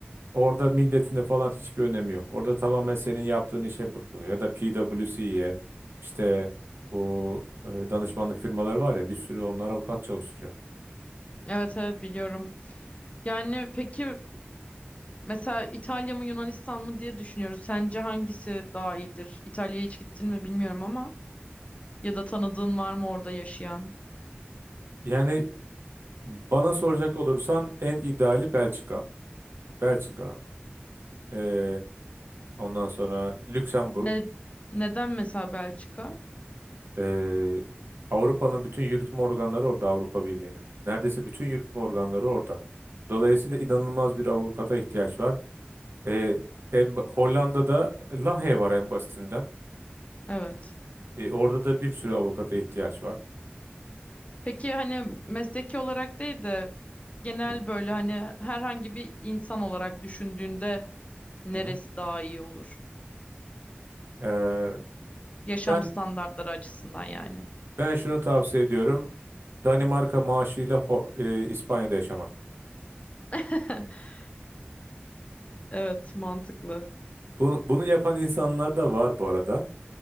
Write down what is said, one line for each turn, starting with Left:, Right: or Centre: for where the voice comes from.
Right: Orada milletine falan hiçbir önemi yok. Orada tamamen senin yaptığın işe bakılıyor. Ya da PwC'ye işte bu e, danışmanlık firmaları var ya bir sürü onlar avukat çalıştırıyor.
Left: Evet, evet biliyorum. Yani peki Mesela İtalya mı Yunanistan mı diye düşünüyoruz. Sence hangisi daha iyidir? İtalya'ya hiç gittin mi bilmiyorum ama ya da tanıdığın var mı orada yaşayan?
Right: Yani bana soracak olursan en ideali Belçika. Belçika. e, ondan sonra Lüksemburg.
Left: Ne, neden mesela Belçika?
Right: e, Avrupa'nın bütün yürütme organları orada Avrupa Birliği'nin. Neredeyse bütün yürütme organları orada. Dolayısıyla inanılmaz bir avukata ihtiyaç var. E, en, Hollanda'da Lahey var en basitinden.
Left: Evet.
Right: E, orada da bir sürü avukata ihtiyaç var.
Left: Peki hani mesleki olarak değil de genel
Right: Hı
Left: böyle hani herhangi bir insan olarak düşündüğünde neresi
Right: hı. hı.
Left: daha iyi olur?
Right: Ee,
Left: Yaşam
Right: ben
Left: standartları açısından yani.
Right: ben şunu tavsiye ediyorum. Danimarka maaşıyla Ho- e, İspanya'da yaşamak.
Left: <laughs> Evet, mantıklı.
Right: Bunu, bunu yapan insanlar da var bu arada.